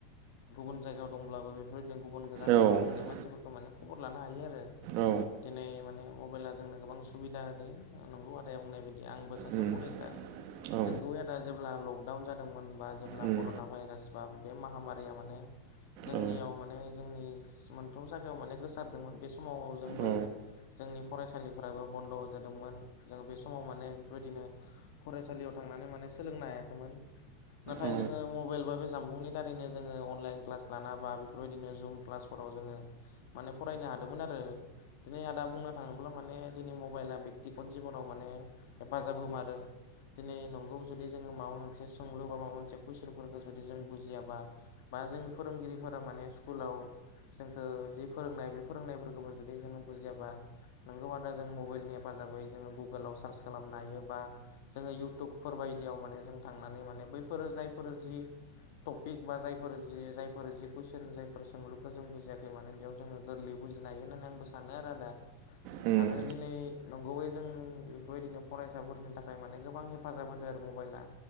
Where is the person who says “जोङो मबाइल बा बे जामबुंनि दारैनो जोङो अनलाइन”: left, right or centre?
Left